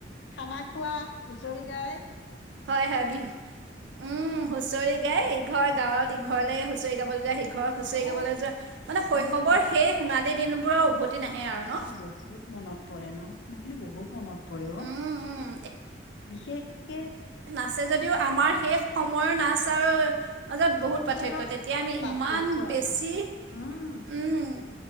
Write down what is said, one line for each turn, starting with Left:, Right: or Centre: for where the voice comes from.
Left: খানা খোৱা হুঁচৰি গায়
Right: হয়- হয় বিহহু উম, হুঁচৰি গাই ইঘৰ গাঁৱত
Left: উম
Right: ইঘৰলে হুঁ হুঁচৰি গাবলে যায় সিঘৰৰ হুঁচৰি
Left: অ
Right: গাবলে যোৱা মানে শৈশবৰ
Left: উম
Right: সেই সোণালী দিনবোৰৰ উভতি নাহে আৰু
Left: সঁচা
Right: ন?
Left: বহুত মনত পৰে ন' মোৰ কিন্তু বহুত মনত পৰে অ,
Right: উম, উম,
Left: বিশেষকে
Right: আছে যদিও আমাৰ সেই সময়ৰ নাচ আৰ মাজত বহুত
Left: এতিয়া
Right: পাৰ্থক্য
Left: অলপ
Right: তেতিয়া আমি
Left: পাৰ্থক্য
Right: ইমান
Left: আছে
Right: বেছি
Left: উম
Right: উম,